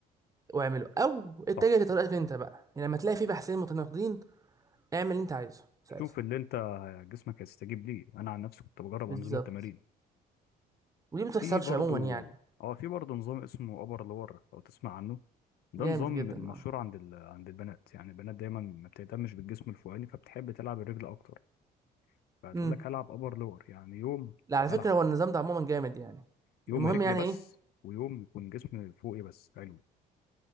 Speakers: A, on the right; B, on the left.
A: واعمله او اتجه
B: صح
A: لطريقتك انت بقى يعني لما تلاقي في بحثين متناقضين اعمل اللي انت عايزه ساعتها
B: شوف اللي انت جسمك هيستجيب ليه انا عن نفسي كنت بجرب
A: بالظبط
B: انظمه تمارين
A: ودي ما بتحصلش
B: في برضو
A: عموما يعني
B: اه في برضو نظام اسمه ابر لور لو تسمع عنه ده
A: جامد
B: نظام
A: جدا
B: المشهور
A: اه
B: عند ال... عند البنات يعني البنات دايما ما بتهتمش بالجسم الفوقاني فبتحب تلعب الرجل اكتر فهتقول
A: امم
B: لك هلعب ابر لور يعني يوم
A: لا على
B: هلعب
A: فكره هو النظام ده عموما جامد يعني
B: يوم
A: المهم
B: رجل
A: يعني
B: بس
A: ايه
B: ويوم يكون جسم فوقي بس حلو